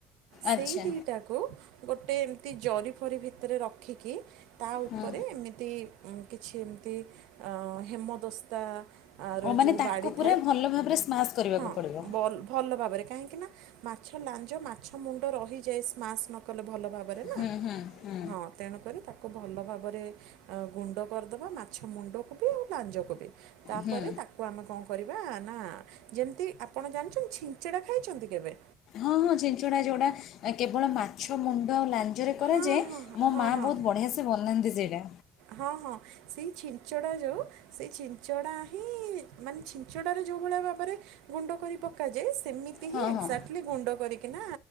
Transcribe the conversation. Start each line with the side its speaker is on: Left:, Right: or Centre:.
Right: ସେଇ
Left: ଆଚ୍ଛା
Right: ଦୁଇଟାକୁ ଗୋଟେ ଏମିତି ଜରିଫରି ଭିତରେ ରଖିକି ତା ଉପରେ
Left: ହୁଁ
Right: ଏମିତି କିଛି ଏମିତି ହେମଦସ୍ତା ଆର
Left: ଓ ମାନେ
Right: ଯୋଉ
Left: ତାକୁ
Right: ବାଡ଼ି
Left: ପୁରା
Right: ଥାଏ
Left: ଭଲ ଭାବରେ ସ୍ମାସ୍ କରିବାକୁ
Right: ହଁ
Left: ପଡ଼ିବ।
Right: ବଲ ଭାବରେ କାହିଁକି ନା ମାଛ ଲାଞ୍ଜ ମାଛ ମୁଣ୍ଡ ରହିଯାଏ ସ୍ମାସ୍‌ ନକଲେ ଭଲ ଭାବରେ ନା।
Left: ହୁଁ ହୁଁ ହୁଁ
Right: ହଁ ତେଣୁକରି ତାକୁ ତାକୁ ଭଲ ଭାବରେ ଗୁଣ୍ଡ କରିଦବା ମାଛ ମୁଣ୍ଡକୁ ବି ଆଉ ଲାଞ୍ଜକୁ ବି। ତାପରେ
Left: ହୁଁ
Right: ତାକୁ କୁ ଆମେ କଣ କରିବା ନା ଯେମିତି ଆପଣ ଜାଣିଛନ୍ତି ଛିଞ୍ଚଡ଼ା ଖାଇଛନ୍ତି କେବେ?
Left: ହଁ ହଁ ଛିଞ୍ଚଡା ଯୋଟା କେବଳ ମାଛ ମୁଣ୍ଡ ଆଉ ଲା ଞ୍ଜରେ କରେ
Right: ହଁ
Left: ଯାଏ
Right: ହଁ
Left: ମୋ
Right: ହଁ
Left: ମାଆ
Right: ହଁ
Left: ବହୁତ ବଢ଼ିଆ ସେ ବନାନ୍ତି ସେଇଟା।
Right: ହଁ ହଁ। ସେଇ ଛିଞ୍ଚଡା ଯଉ ସେଇ ଛିଞ୍ଚଡା ହିଁ ମାନେ ଛିଞ୍ଚଡାରେ ଯଉ ଭଳିଆ ଭାବରେ ଗୁଣ୍ଡ କରି ପକାଯାଏ ସେମିତି
Left: ହଁ
Right: ହିଁ ଏକ୍ଜାକ୍ଟଲି
Left: ହଁ
Right: ଗୁଣ୍ଡ କରିକି ନା